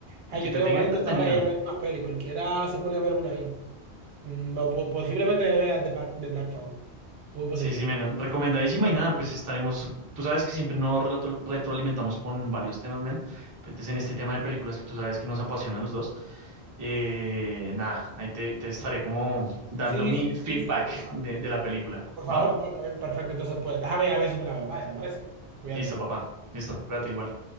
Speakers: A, on the right (about 70°); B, on the right (about 25°).
A: Ay,
B: Y que
A: yo
B: te
A: tengo
B: tenga
A: ganas
B: entretenido.
A: de ahora ir a ver una peli, cualquiera se pone a ver una ahí. Mm, o po- posiblemente vea The Black, The Black Phone, muy posible.
B: Sí, sí, men. Recomendadísima y nada, pues estaremos. Tú sabes que siempre nos relato- retroalimentamos con varios temas, men. Entonces, en este tema de películas que tú sabes que nos apasiona a los dos, eh, nada, ahí te, te estaré como dando
A: Sí,
B: mi
A: sí, sí,
B: feedback
A: sí, porfa.
B: de, de la película.
A: Por favor,
B: ¿Va?
A: por favor, está bien, perfecto, entonces pues, déjame ir a ver si me la veo, vale, ¿te parece? Cuídate.
B: Listo, papá. Listo, cuídate igual.